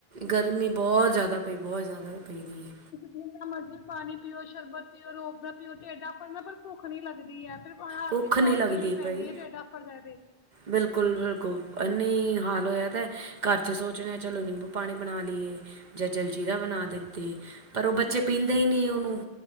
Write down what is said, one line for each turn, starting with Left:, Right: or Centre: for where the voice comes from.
Right: ਗਰਮੀ ਬਹੁਤ ਜ਼ਿਆਦਾ ਪਈ ਬਹੁਤ ਜ਼ਿਆਦਾ ਪਈ ਦੀ। ਹੈ
Left: ਜਿੰਨਾ ਮਰਜ਼ੀ ਪਾਣੀ ਪੀਓ ਸ਼ਰਬਤ ਪੀਓ ਰੂਹ ਅਫਜਾ ਪੀਓ ਢੇਡਾ ਫਨਾ ਪਰ ਭੁੱਖ ਨੀ ਲੱਗਦੀ ਹੈ, ਫਿਰ ਉਹ ਹਾਰ
Right: ਭੁੱਖ
Left: ਕੇ
Right: ਨਹੀਂ
Left: ਚਾਹ ਹੀ
Right: ਲੱਗਦੀ
Left: ਪੀਣੀ ਪੈਂਦੀ
Right: ਪਈ
Left: ਹੈ ਡੇਢ਼ ਅਫਰ ਤੇ
Right: ਬਿਲਕੁਲ ਬਿਲਕੁਲ, ਇਨੀ ਹਾਲ ਹੋਇਆ ਪਿਆ ਘਰ 'ਚ! ਸੋਚ ਰੇ ਆ ਚਲੋ ਨਿੰਬੂ-ਪਾਣੀ ਬਣਾ ਲਈਏ। ਜਾਂ ਜਲਜੀਰਾ ਬਣਾ ਦਿੱਤੇ ਪਰ ਉਹ ਬੱਚੇ ਪੀਂਦੇ ਹੀ ਨਹੀਂ ਉਹਨੂੰ!